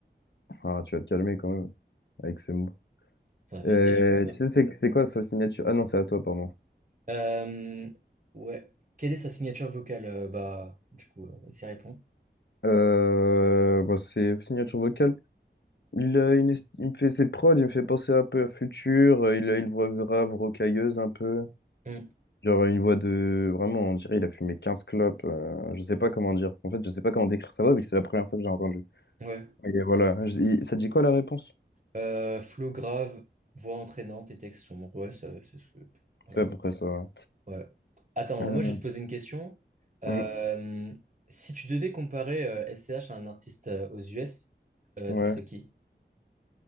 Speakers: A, on the left (about 70°); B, on the right (about 45°).
A: Ah, tu vas te calmer quand même, avec ces mots.
B: Ils sont affiliés,
A: Euh,
B: je pense bien.
A: tu sais, c'est c'est quoi sa signature? Ah non, c'est à toi, pardon.
B: Euh, ouais. Quelle est sa signature vocale? Euh, bah, du coup, euh, s'y répond.
A: Euh, bah, c'est signature vocale. Il, a une, est- il me fait ses prods, il me fait penser un peu à Future, euh, il a une voix grave, rocailleuse un peu.
B: Hum,
A: Genre une voix de... Vraiment, on dirait il a fumé 15 clopes. euh, je sais pas comment dire. En fait, je sais pas comment décrire sa voix, vu que c'est la première fois que j'ai entendu.
B: ouais.
A: Et voilà. Je- il- Ça dit quoi la réponse?
B: Euh, flow grave, voix entraînante et texte sombre. Ouais, ça, c'est ce que. Voilà
A: C'est à
B: quoi.
A: peu près ça. Ouais.
B: Ouais. Attends,
A: Euh,
B: moi je vais te poser une question. Euh,
A: euh,
B: si tu devais comparer euh, S C H à un artiste euh, aux US, euh,
A: ouais.
B: ça serait qui?